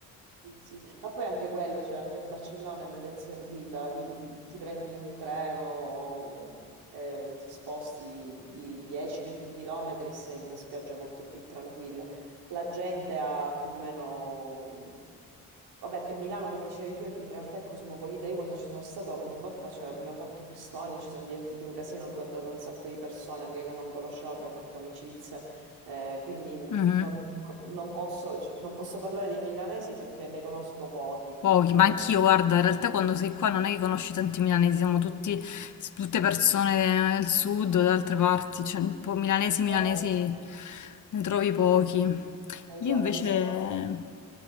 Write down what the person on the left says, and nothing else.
Mhm.
Pochi, ma
anch'io, guarda, in realtà quando sei qua non è che conosci tanti milanesi, siamo tutti, tutte persone del sud, da altre parti, cioè un po' milanesi,
milanesi ne trovi pochi.
Io invece,